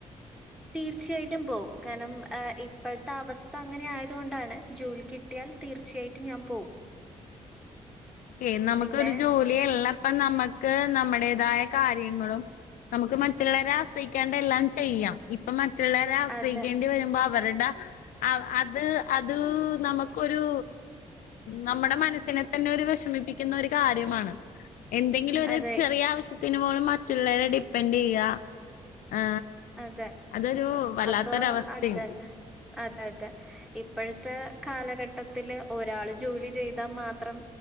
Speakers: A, in the centre; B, on the left.
A: തീർച്ചയായിട്ടും പോകും കാരണം ഇപ്പോഴത്തെ അവസ്ഥ അങ്ങനെ ആയതുക കൊണ്ടാണ് ജോലിക്ക് കിട്ടിയാൽ തീർച്ചായിട്ടും ഞാൻ പോവും
B: <unintelligible> ക്കെ നമുക്കൊരു
A: പിന്നെ
B: ജോലിയള്ളപ്പ നമ്മുക്ക് നമ്മുടേതായ കാര്യങ്ങളും നമുക്ക് മറ്റുള്ളവരെ ആശ്രയിക്കാണ്ട എല്ലാം ചെയ്യാം ഇപ്പ മറ്റുള്ളവരെ ആശ്രയിക്കേണ്ടി
A: അതെ
B: വരുമ്പം അവരുടെ അത് അത് നമുക്കൊരു നമ്മുടെ മനസ്സിനെ തന്നെ ഒരു വേഷമം വേഷമിപ്പിക്കുന്നൊരു കാര്യമാണ് എന്തെങ്കിലും ഒരു
A: അതെ
B: ചെറിയ ആവശ്യത്തിന് പോലും മറ്റുള്ളവരെ ഡിപ്പെൻഡ് ചെയ്യ്യാ ആ
A: അതെ
B: അതൊരു വല്ലാത്തൊരവസ്ഥയാണ്
A: അപ്പൊ അതന്നെ അതെ അതെ ഇപ്പോഴത്തെ കാലഘട്ടത്തില് ഒരാള് ജോലി ചെയ്താ മാത്രം